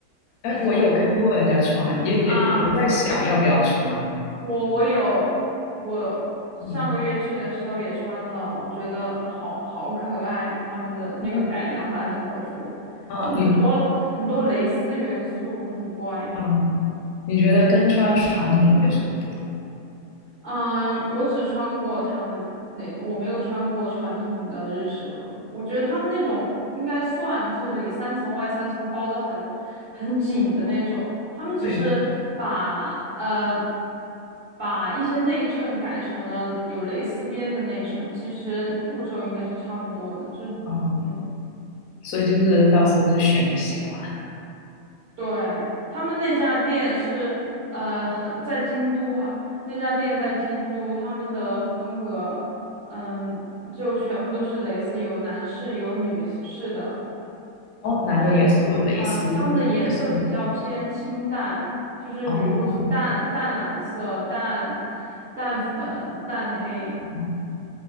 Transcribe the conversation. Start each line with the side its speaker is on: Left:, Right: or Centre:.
Left: 哎，
Right: 那种
Left: 我有看过人家穿，
Right: <laughs>
Left: 也也有在想要不要穿。
Right: 啊？我我有，我上个月去的时候也穿了，
Left: 嗯，
Right: 我觉得好好可爱啊！他们的那个改良版的和服，
Left: 那啊，
Right: 就很多很多蕾丝元素，
Left: 你
Right: 很乖。
Left: 嗯，你觉得跟穿传统的有什么不同？
Right: 嗯，我只穿过他们那，我没有穿过传统的日式和服。我觉得他们那种应该算就是里三层外三层包得很很紧的那种。他们只是把呃
Left: 对，
Right: 把一些内衬改成了有蕾丝边的内衬，其实步骤应该是差不多的。就嗯。
Left: 啊，所以就是到时候是选你喜欢的。
Right: 对，他们那家店是，呃，很在京都哈，那家店在京都，他们的风格，嗯，就全部都是蕾丝，有男士有女士的，然
Left: 哦，
Right: 后，
Left: 男的也是有蕾丝的，
Right: 嗯，他们的颜色比较偏清淡，
Left: 是
Right: 就是比如说是淡淡蓝色、
Left: 哦，
Right: 淡淡粉、淡黑，
Left: 哦